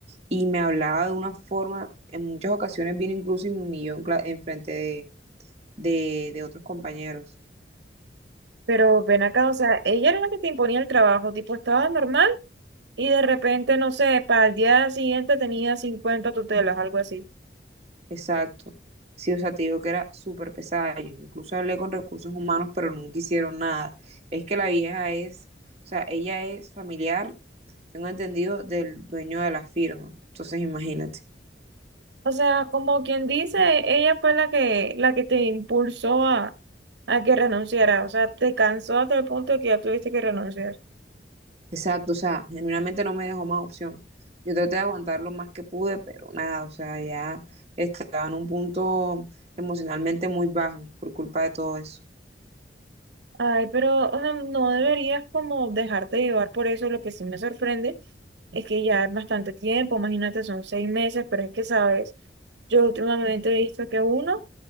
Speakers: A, on the right (about 35°); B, on the right (about 80°).
A: y me hablaba de una forma, en muchas ocasiones vino incluso y me humilló en, cla- en frente de de, de otros compañeros.
B: Pero ven acá, o sea, ella era la que te imponía el trabajo, tipo, estaba normal y de repente, no sé, para el día siguiente tenía 50 tutelas, algo así.
A: Exacto. Sí, o sea, te digo que era súper pesada. Yo incluso hablé con recursos humanos, pero nunca hicieron nada. Es que la vieja es, o sea, ella es familiar, tengo entendido, del dueño de la firma. Entonces, imagínate.
B: O sea, como quien dice, ella fue la que, la que te impulsó a, a que renunciara. O sea, te cansó hasta el punto de que ya tuviste que renunciar.
A: Exacto, o sea, genuinamente no me dejó más opción. Yo traté de aguantar lo más que pude, pero nada, o sea, ya estaba en un punto emocionalmente muy bajo por culpa de todo eso.
B: Ay, pero o sea, no deberías como dejarte llevar por eso. Lo que sí me sorprende es que ya es bastante tiempo, imagínate, son seis meses, pero es que, sabes, yo últimamente he visto que uno,